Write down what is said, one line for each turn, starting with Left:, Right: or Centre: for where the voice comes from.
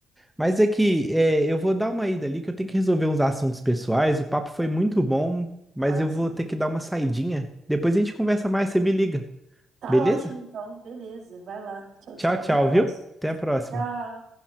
Centre: Mas é que é, eu vou dar uma ida ali, que eu tenho que resolver uns assuntos pessoais. O papo foi muito bom, mas
Right: Ah,
Centre: eu
Right: sim.
Centre: vou ter que dar uma saidinha. Depois a gente conversa mais, você me liga,
Right: Tá
Centre: beleza?
Right: ótimo, então. Beleza. Vai lá. Tchau,
Centre: Tchau,
Right: tchau.
Centre: tchau,
Right: Até a próxima.
Centre: viu? Até a próxima.
Right: Tchau.